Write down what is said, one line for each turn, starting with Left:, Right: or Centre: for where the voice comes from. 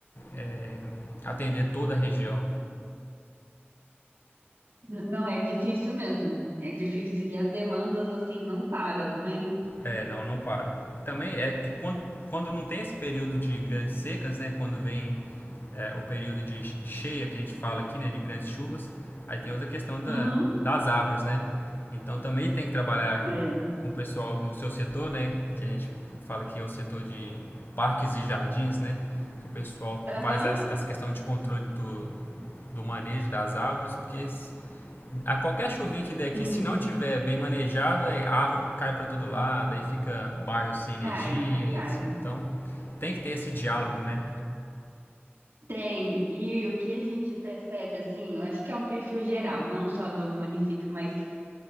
Left: eh, atender toda a região.
Right: não, é difícil mesmo. É difícil. E as demandas, assim, não param, né?
Left: É, não, não para. Também é que quando, quando não tem esse período de grandes secas, né, quando vem é, o período de, de cheia que a gente fala aqui, né, de grandes chuvas, aí tem outra questão da,
Right: Uhum.
Left: das árvores, né? Então também tem que trabalhar
Right: É.
Left: com o pessoal do seu setor, né, que a gente fala que é o setor de parques e jardins, né, que o pessoal
Right: Aham.
Left: faz essa essa questão de controle do, do manejo das árvores, porque a qualquer chuvinha que der aqui,
Right: Sim,
Left: se não tiver bem manejado, a árvore cai para todo lado, aí fica bairro sem energia.
Right: cai, cai.
Left: assim, Então, tem que ter esse diálogo, né?
Right: Tem, e o que a gente percebe, assim, eu acho que é um perfil geral, não só do município, mas